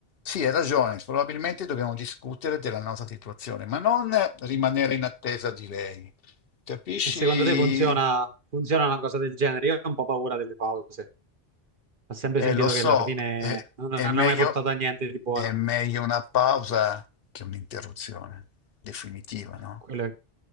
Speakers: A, on the left; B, on the right.
A: Sì, hai ragione, probabilmente dobbiamo discutere della nostra situazione, ma non rimanere in attesa di lei. Capisci?
B: e secondo te funziona, funziona una cosa del genere? Io ho un po' paura delle pause. Ho sempre
A: Eh,
B: sentito
A: lo so,
B: che alla fine
A: è,
B: non
A: è
B: hanno
A: meglio,
B: mai portato a niente di buono.
A: è meglio una pausa che un'interruzione definitiva, no?
B: Quello,